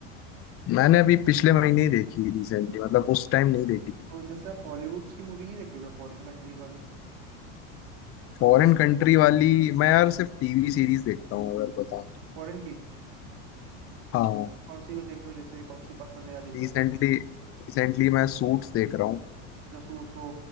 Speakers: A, on the left (about 35°); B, on the right (about 60°).
A: मैंने अभी पिछले महीने ही देखी रिसेंटली मतलब उस टाइम नहीं देखी थी
B: तो जैसे आप हॉलीवुड्स की मूवी नहीं देखते हो क्या फॉरेन कंट्रीज वाली
A: फॉरेन कंट्री वाली मैं यार सिर्फ टीवी सीरीज देखता हूँ अगर बताऊँ तो।
B: फॉरेन की
A: हाँ
B: कौन सी को देखे हो जैसे कौन सी पसंद है या देखे
A: रिसेंटली
B: हो
A: रिसेंटली मैं सूट्स देख रहा हूँ
B: अच्छा सूट्स वो